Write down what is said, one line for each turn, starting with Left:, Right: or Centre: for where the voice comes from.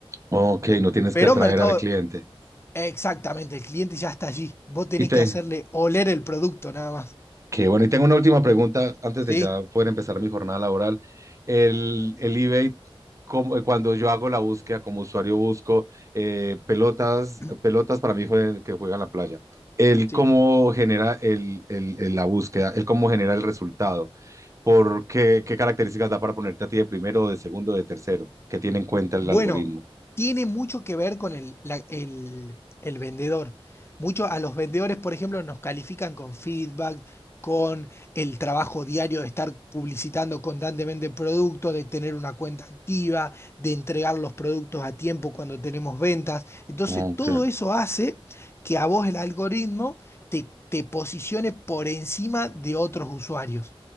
Right: Ok, no tienes
Left: Pero
Right: que atraer
Left: mercado,
Right: al cliente.
Left: exactamente, el cliente ya está allí. Vos tenés
Right: Y te,
Left: que hacerle oler el producto nada más.
Right: que bueno, y tengo una última pregunta antes
Left: ¿Sí?
Right: de ya poder empezar mi jornada laboral. El, el eBay, como- cuando yo hago la búsqueda como usuario, busco eh, pelotas,
Left: <clears throat>
Right: pelotas para mi hijo en- que juega en la playa. Él
Left: Sí.
Right: cómo genera el, el- el- la búsqueda, él cómo genera el resultado, por qué, qué características da para ponerte a ti de primero, de segundo, de tercero, que tiene en cuenta
Left: Bueno,
Right: el algoritmo.
Left: tiene mucho que ver con el, la- el- el vendedor. Mucho a los vendedores, por ejemplo, nos califican con feedback, con el trabajo diario de estar publicitando constantemente productos, de tener una cuenta activa, de entregar los productos a tiempo cuando tenemos ventas. Entonces,
Right: Ok,
Left: todo eso hace que a vos el algoritmo te, te posicione por encima de otros usuarios.